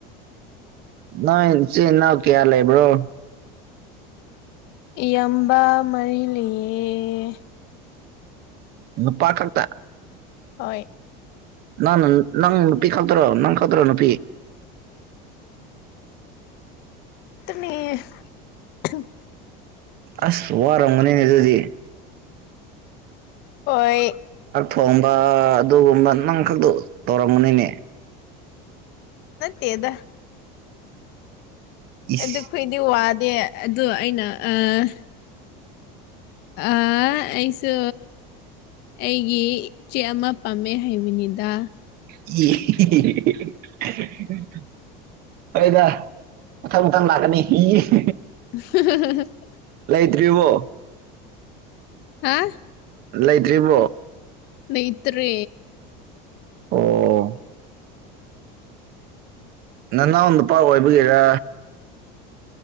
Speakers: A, on the right (about 50°); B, on the left (about 55°).
A: ꯅꯣꯏ ꯆꯤꯟ ꯏꯅꯥꯎ ꯀꯌꯥ ꯂꯩꯕ꯭ꯔꯣ
B: ꯏꯌꯝꯕ ꯃꯔꯤ ꯂꯩꯌꯦ
A: ꯅꯨꯄꯥ ꯈꯛꯇ
B: ꯍꯣꯏ
A: ꯅꯪꯅ ꯅꯪ ꯅꯨꯄꯤ ꯈꯛꯇꯔꯣ ꯅꯪ ꯈꯛꯇꯔꯣ ꯅꯨꯄꯤ <inaudible>
B: ꯇꯨꯝꯃꯤ <unintelligible>
A: ꯑꯁ ꯋꯥꯔꯝꯒꯅꯤ ꯑꯗꯨꯗꯤ
B: ꯍꯣꯏ
A: ꯊꯣꯡꯕꯥ ꯑꯗꯨꯒꯨꯝꯕ ꯅꯪ ꯈꯛꯇ ꯇꯧꯔꯝꯒꯅꯤꯅꯦ
B: ꯅꯠꯇꯦꯗꯥ
A: ꯏꯁ
B: ꯑꯗꯨꯈꯣꯏꯗꯤ ꯋꯥꯗꯦ ꯑꯗꯨ ꯑꯩꯅ ꯑꯥ ꯑꯥ ꯑꯩꯁꯨ ꯑꯩꯒꯤ ꯏꯆꯦ ꯑꯃ ꯄꯥꯝꯃꯦ ꯍꯥꯏꯕꯅꯤꯗꯥ
A: <unintelligible> ꯍꯣꯏꯗꯥ ꯃꯊꯪ ꯃꯊꯪ ꯂꯥꯛꯀꯅꯤ <unintelligible>
B: <unintelligible>
A: ꯇ꯭ꯔꯤꯕꯣ
B: ꯍꯥ
A: ꯂꯩꯇ꯭ꯔꯤꯕꯣ
B: ꯂꯩꯇ꯭ꯔꯦ
A: ꯑꯣ ꯅꯅꯥꯎ ꯅꯨꯄꯥ ꯑꯣꯏꯕꯒꯤꯔꯥ